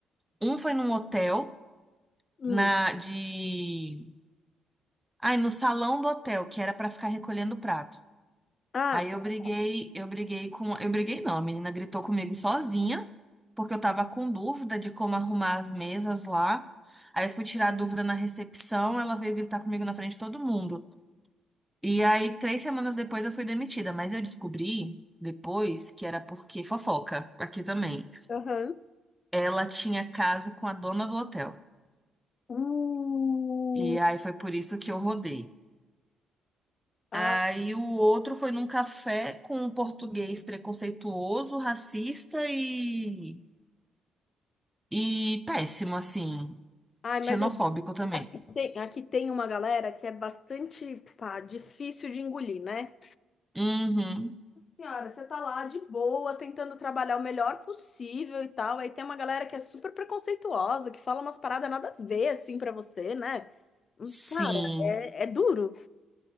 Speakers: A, in the centre; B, on the left.
A: um foi num hotel
B: Hum.
A: na de ai, no salão do hotel, que era pra ficar recolhendo prato.
B: Ah,
A: Aí
B: tá.
A: eu briguei, eu briguei com. Eu briguei não, a menina gritou comigo sozinha, porque eu tava com dúvida de como arrumar as mesas lá. Aí eu fui tirar a dúvida na recepção, ela veio gritar comigo na frente de todo mundo. E aí, três semanas depois, eu fui demitida, mas eu descobri depois que era porque fofoca, aqui também.
B: Aham.
A: Ela tinha caso com a dona do hotel.
B: Uh,
A: E aí foi por isso que eu rodei.
B: ah,
A: Aí o outro foi num café com um português preconceituoso, racista e E péssimo, assim.
B: ai,
A: Xenofóbico
B: mas aqui
A: também.
B: tem, aqui tem uma galera que é bastante, pá, difícil de engolir, né?
A: Uhum.
B: Senhora, você tá lá de boa, tentando trabalhar o melhor possível e tal. Aí tem uma galera que é super preconceituosa, que fala umas paradas nada a ver, assim, pra você, né? Hum,
A: Sim,
B: Cara, é, é duro.